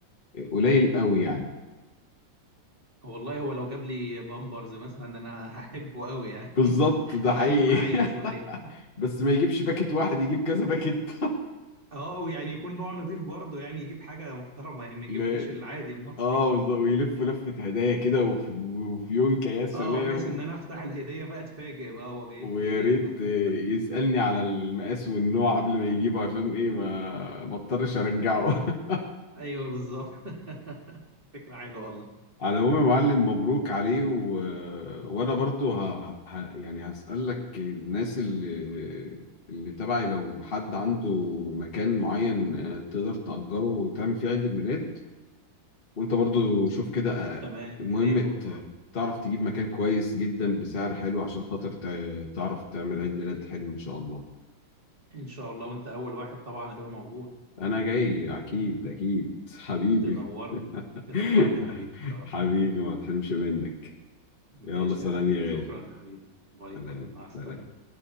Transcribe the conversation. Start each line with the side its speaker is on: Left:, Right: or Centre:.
Left: آه، قليل قوي يعني
Right: والله هو لو جاب لي بامبرز مثلا انا هحبه قوي يعني
Left: بالظبط
Right: <laughs>
Left: ده
Right: يشيل
Left: حقيقي
Right: معايا شوية
Left: <laughs> بس ما يجيبش باكت واحد يجيب كذا باكت
Right: اه ويعني يكون نوع نظيف برضه يعني يجيب حاجة محترمة
Left: <laughs>
Right: يعني ما يجيبليش
Left: لا
Right: العادي المصري
Left: اه
Right: يعني.
Left: بالظبط ويلف لفة هدايا كده وفي وفي يونكا يا سلام
Right: اه بحيث ان انا افتح الهديه بقى اتفاجئ بقى هو جايب
Left: ويا
Right: لي ايه
Left: ريت
Right: ما
Left: آه،
Right: هو
Left: يسألني على المقاس والنوع قبل ما يجيبه عشان ايه ما بضطرش ارجعه <laughs>
Right: ايوه بالظبط <laughs> فكره حلوه والله
Left: على العموم يا معلم مبروك عليه و... وانا برضو ه... ه... يعني هسألك الناس اللي اللي تبعي لو حد عنده مكان معين آه، تقدر تأجره وتعمل فيه عيد الميلاد وانت برضو شوف كده آه،
Right: تمام
Left: المهم
Right: يا ريت
Left: ت-
Right: والله
Left: تعرف تجيب مكان كويس جدا بسعر حلو عشان خاطر ت... تعرف تعمل عيد ميلاد حلو ان شاء الله
Right: ان شاء الله وانت اول واحد طبعا هتبقى موجود
Left: انا جاي اكيد اكيد حبيبي
Right: تنورني
Left: <laughs>
Right: تنورني يا حبيبي ان شاء الله
Left: حبيبي ما تحرمش منك
Right: ماشي
Left: يلا سلام
Right: يا حبيبي
Left: يا
Right: شكرا
Left: غالي
Right: يا حبيبي باي
Left: سلام
Right: باي مع السلامه
Left: سلام